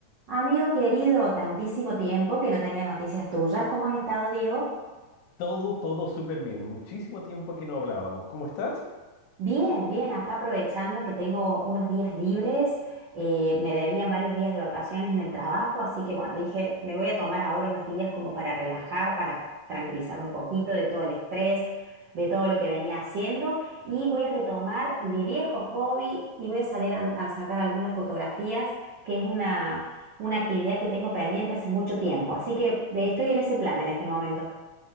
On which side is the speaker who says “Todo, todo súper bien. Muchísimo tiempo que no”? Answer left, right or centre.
Left